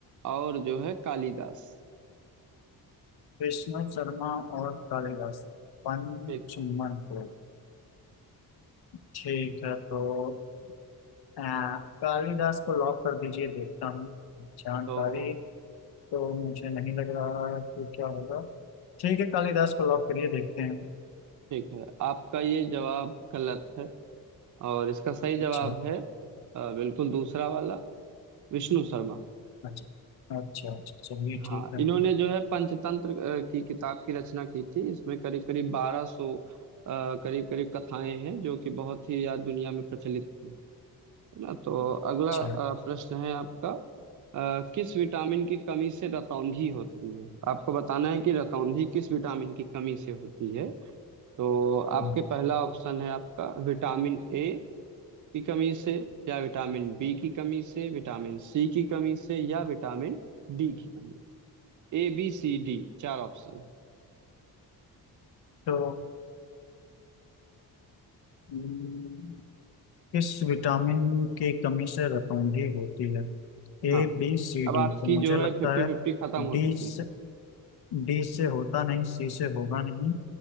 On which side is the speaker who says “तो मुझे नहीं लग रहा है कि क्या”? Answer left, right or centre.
Left